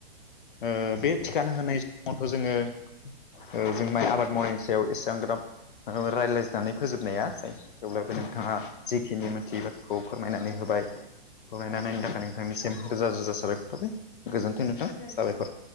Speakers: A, on the left (about 60°); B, on the left (about 25°).
A: ओ
B: औ
A: बे थिखाना होनाय समावथ' जोङो ओ जों माइ आबाद मावनायनि सायाव एसांग्राब रायज्लायनानै फोजोबनाया जायो। थेवब्लाबो
B: औ
A: नोंथाङा जिखिनि मोनथियि बाथ्राखौ फोरमायनानै
B: औ
A: होबाय फोरमायनानै
B: औ
A: होनायनि थाखाय नोंथांनिसिम रोजा रोजा साबायखर थाबाय गोजोन्थों नोंथां
B: गोजोन्थों
A: साबायखर।